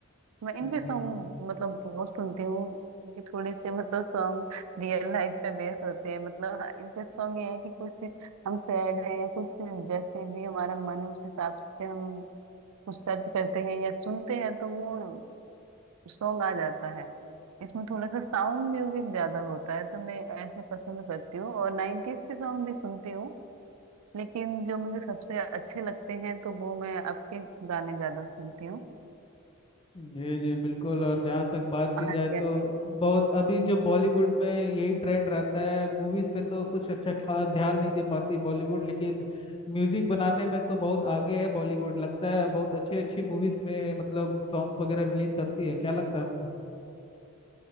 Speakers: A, on the right; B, on the left.
A: मैं इनके सॉन्ग
B: जी
A: मतलब बहुत सुनती हूँ इनके थोड़े से मतलब सॉन्ग रियल लाइफ पे बेस होते हैं मतलब हाँ, इनके सॉन्ग ये है कि कुछ हम सैड हैं या कुछ जैसे भी हमारा मन है उस हिसाब से हम कुछ सर्च करते हैं या सुनते हैं तो वो सॉन्ग आ जाता है इसमें थोड़ा सा साउंड म्यूजिक ज्यादा होता है तो मैं ऐसे पसंद करती हूँ और नाइन्टीज के सॉन्ग भी सुनती हूँ लेकिन जो मुझे सबसे अच्छे लगते हैं तो वो मैं अब के गाने ज्यादा सुनती हूँ
B: जी जी बिल्कुल और जहाँ तक बात की
A: हाँ
B: जाए
A: जी
B: तो
A: हाँ जी
B: बहुत अभी जो बॉलीवुड में यही ट्रेंड रहता है मूवीज पे तो कुछ अच्छा खा ध्यान नहीं दे पाती बॉलीवुड लेकिन म्यूजिक बनाने में तो बहुत आगे है बॉलीवुड लगता है बहुत अच्छी अच्छी मूवीज में मतलब सॉन्ग्स वगैरह रिलीज करती है क्या लगता है आपको